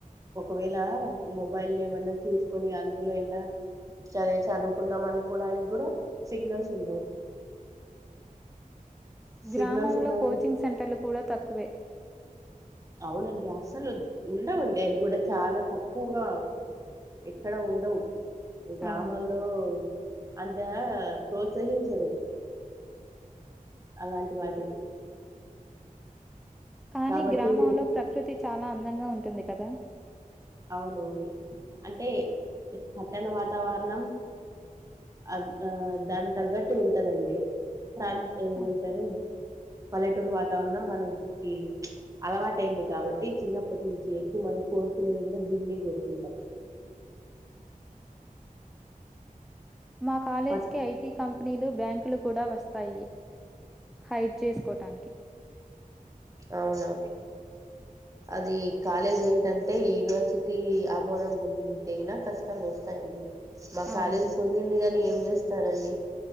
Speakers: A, on the right; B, in the centre.
A: ఒకవేళ మొబైల్ ఏమన్నా చూసుకొని అందులో ఏన్నా చదివి చదువుకుందాం అనుకోవడానికి కూడా సిగ్నల్స్ ఉండవు.
B: గ్రామంలో
A: సిగ్నల్స్ ఉన్నాయి
B: కోచింగ్ సెంటర్లు కూడా తక్కువే.
A: అవునండి అసలు ఉండవండి ఆయన కూడా చాలా తక్కువగా ఎక్కడ ఉండవు గ్రామాల్లో
B: అవును.
A: అ ప్రోత్సహించరు. అలాంటి వాటిని
B: కానీ
A: కాబట్టి
B: గ్రామంలో ప్రకృతి చాలా అందంగా ఉంటుంది. కదా
A: అవునవును అంటే పట్టణ వాతావరణం. అ ఆ దాని తగ్గట్టు ఉంటదండి. ప్రాంత ఏమంటారు
B: అవును.
A: పల్లెటూరు వాతావరణం మనకి అలవాటుయింది. కాబట్టి చిన్నప్పటి నుంచి ఎక్కువ మనం కోరుకు నేది కూడా దీన్నే కోరుకుంటం.
B: మా కాలేజీకి
A: బట్
B: ఐటీ కంపెనీలు బ్యాంకులు కూడా వస్తాయి. హైడ్ చేసుకోటానికి
A: అవునా అది కాలేజ్ ఏంటంటే యూనివర్సిటీ ఆమోదం పొందింది తేగినా కష్టమే వస్తాయండి మా
B: అవును.
A: కాలేజీ పొందింది కాని ఏం ఏస్తారండి